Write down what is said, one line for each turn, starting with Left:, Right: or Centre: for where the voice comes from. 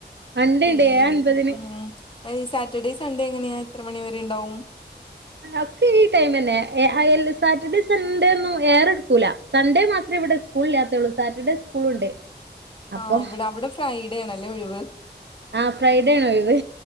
Right: ഇണ്ട്
Left: ഡെയിലി
Right: ഇണ്ട് ഏഴേ അൻപതിന്
Left: ഉം മഹ് സാറ്റർഡേ സൺഡേ എങ്ങനെയാ എത്ര മണിവരെണ്ടാവും
Right: ഒക്കെ ഈ ടൈംമെന്നെ അഹ് എല് സാറ്റർഡേ സൺഡേ ഒന്നും ഏയറെടുക്കൂല സൺേ മാത്രേ ഇവിടെ സ്കൂള്ല്ലാത്തെള്ളൂ സാറ്റർഡേ സ്കൂളുണ്ട് അപ്പൊ
Left: ആ ഇവിടെ അവിടെ ഫ്രൈഡേ ആണല്ലേ ഒഴിവ്
Right: ആഹ് ഫ്രൈഡേ ആണ് ഒഴിവ്